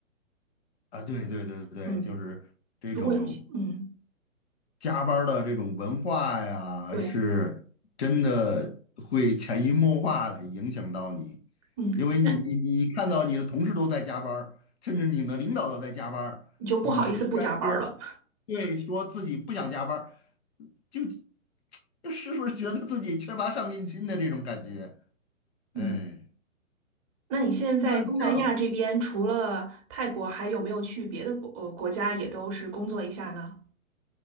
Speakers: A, on the left; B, on the right.
A: 啊。对对对对，
B: 嗯。
A: 就是这种。
B: 如果有嗯
A: 加班儿的这种文化呀，
B: 对，
A: 是真的会潜移默化的影响到你，
B: 嗯那
A: 因为你你你看到你的同事都在加班儿甚至你的领导都在加班儿你忽然说，
B: 你就不好意思不加班儿了。
A: 对，说自己不想加班儿就就是不是觉得自己缺乏上进心的这种感觉？哎，
B: 嗯，那你现在在东南亚这边，
A: 那像。
B: 除了泰国，还有没有去别的国呃国家也都是工作一下呢？